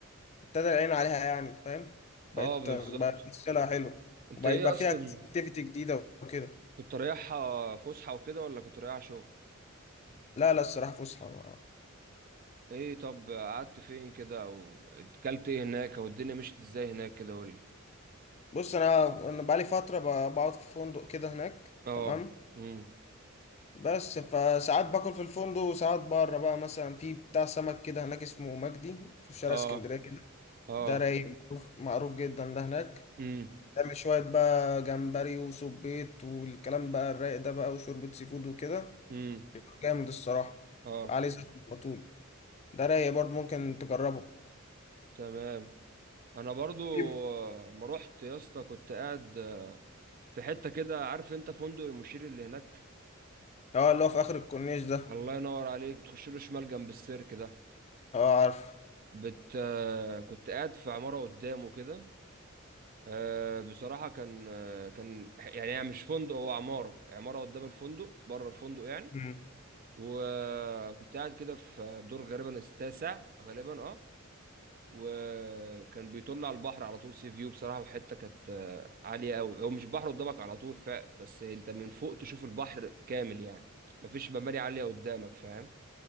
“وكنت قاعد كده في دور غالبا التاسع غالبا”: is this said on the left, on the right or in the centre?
Right